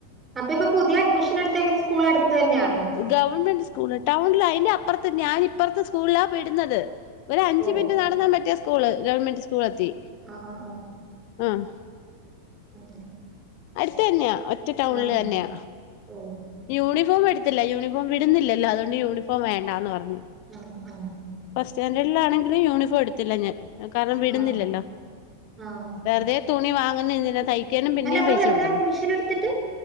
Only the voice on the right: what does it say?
അപ്പൊഇപ്പൊ പുതിയ അഡ്മിഷൻ എടുത്തേക്കുന്ന സ്കൂൾ അടുത്ത് തന്നെയാണോ?
ഓ
അഹ്, അഹ്, അഹാ
<unintelligible>
ആഹ്
ഓ
ആഹ്, ആഹ്
ആഹ് ആഹ്
അല്ല അപ്പൊ
വെറുതെ
അഡ്മിഷൻ എടുത്തിട്ട്